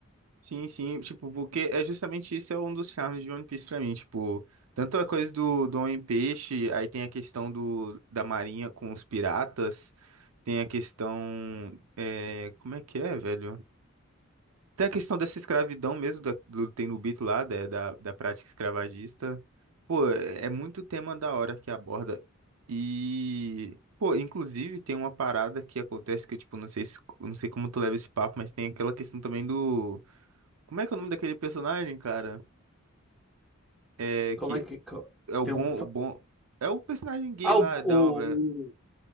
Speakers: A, on the right (about 85°); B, in the centre.
A: Sim, sim, tipo, porque é justamente isso é um dos charmes de One Piece pra mim, tipo, tanto a coisa do, do Homem-Peixe, aí tem a questão do, da marinha com os piratas, tem a questão, é, como é que é, velho? Tem a questão dessa escravidão mesmo, da, do Tenryubito lá, da, da, da prática escravagista, pô, é é muito tema da hora que aborda, e, pô, inclusive tem uma parada que acontece que eu, tipo, não sei, se- não sei como tu leva esse papo, mas tem aquela questão também do como é que é o nome daquele personagem, cara? É que
B: Como é que. co-
A: é o
B: Tem
A: bom,
B: um.
A: o bom. É o personagem gay
B: Ah,
A: lá
B: o, o,
A: da obra.
B: o